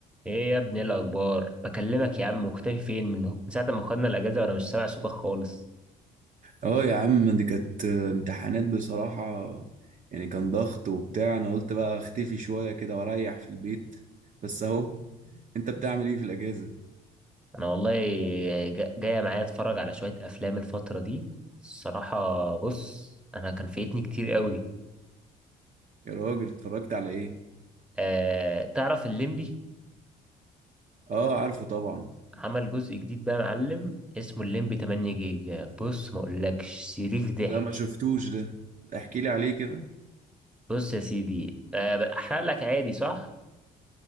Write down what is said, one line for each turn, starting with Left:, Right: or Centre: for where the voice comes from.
Centre: ايه يا ابني إيه الاخبار بكلمك يا عم مختفي فين من من ساعه ما خدنا الاجازه وانا مش سامع صوتك خالص
Right: اه يا عم دي كانت امتحانات بصراحة يعني كان ضغط وبتاع انا قلت بقى اختفي شوية كده واريح في البيت بس اهو انت بتعمل ايه في الاجازة
Centre: انا والله جا- جايه معايا اتفرج على شويه افلام الفتره دي الصراحه بص انا كان فايتني كتير قوي
Right: يا راجل اتفرجت على ايه
Centre: أه تعرف الليمبي
Right: اه عارفه طبعا
Centre: عمل جزء جديد بقى يا معلم اسمه الليمبي 8 جيجا بص ما اقولكش صريخ ضحك
Right: لا ما شفتوش ده احكي لي عليه كده
Centre: بص يا سيدي أه بحرق لك عادي صح